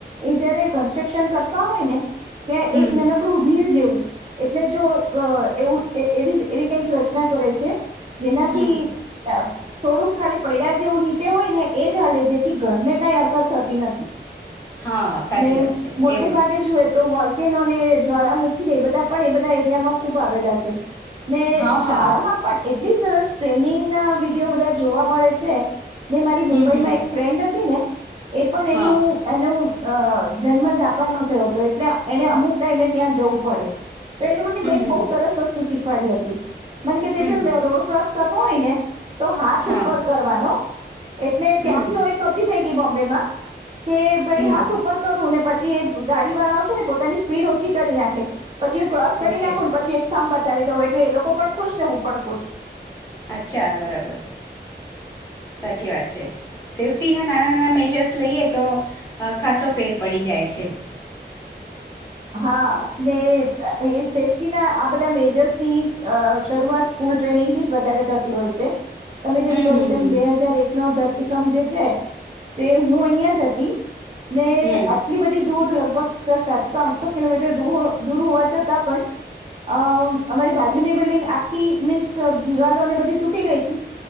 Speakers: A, on the right; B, on the left.
A: એ જયારે કન્સ્ટ્રક્શન કરતા હોય ને. ત્યાં
B: હમ
A: એક નનકડું વ્હીલ જેવું. એટલે જો એવું એવી જ એવી કઈક રચના કરે છે. જેનાથી.
B: હમ
A: થોડુંક ખાલી પૈડા જેવું નીચે હોય ને એ જ હાલે જેથી ઘરને કઈ અસર થતી નથી.
B: હા સાચી
A: ને
B: વાત છે
A: મોટે
B: એવું
A: ભાગે
B: જ
A: જોુય તો વોલ. નોને જ્વાળામુખીને એ બધા પણ એ બધા એરિયામાં ખુબ આવેલા છે. ને
B: હા
A: શાળામાં
B: હા
A: પણ એટલી સરસ. ટ્રેનિંગ. ના વિડીયો બધા જોવા મળે છે. ને મારી
B: હમ
A: મુંબઈ
B: હમ
A: માં એક ફ્રેન્ડ હતી ને. એ પણ
B: હા
A: એનું એનું. અ જન્મ જાપાનમાં થયો હતો એટલે એને અમુક ટાઈમે ત્યાં જવું પડે. તો
B: હમ
A: એક
B: હમ
A: બહુ સરસ વસ્તુ શીખ ફળી હતી. મને કે તે
B: હમ
A: જે રોડ ક્રોસ કરવો હોય ને તો હાથ
B: હા
A: ઉપર કરવાનો એટલે
B: હમ
A: ત્યારથી હ એક નથી થઈ ગઈ બોમ્બેમાં. <inaudible> કે ભાઈ
B: હમ
A: હાથ ઉપર કરું ને પછી એ ગાડી વાળાઓ છે ને પોતાની સ્પીડ ઓછી કરી નાખે. પછી ક્રોસ કરી
B: ઓકે
A: નાખું પછી એક થં બતાવી દં હોય એટલે એ લોકો પણ ખુશ ને હું પણ ખુશ.
B: અચ્છા બરાબર સાચી વાત છે સેફ્ટી ના નાના નાના મેજર્સ લઈએ તો ખાસો ફેર પડી જાય છે.
A: હા ને એ સેફ્ટીના આ બધા મેજર્સની શરૂઆત સ્કૂલ ટ્રેનિંગથી જ વધારે થતી હોય છે. તમે જેમ
B: હમ
A: કહ્યું
B: હમ
A: તેમ
B: હમ
A: બે હજાર એક નો ધરતીકમ જે છે તે હું અહિયાં જ હતી. ને
B: હમ
A: આટલી બધી દૂર લ બ કસ ચ સમ પાચસો કિલોમીટર દૂર હોવા છતાં પણ અમ અમારી બાજુની બિલ્ડિંગ આખી મીન્સ દિવાલોને બધી તૂટી ગઈ હતી.